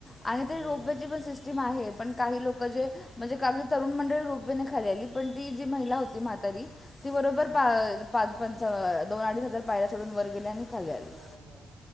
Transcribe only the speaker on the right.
अरे
वा
हा
बरं बरं.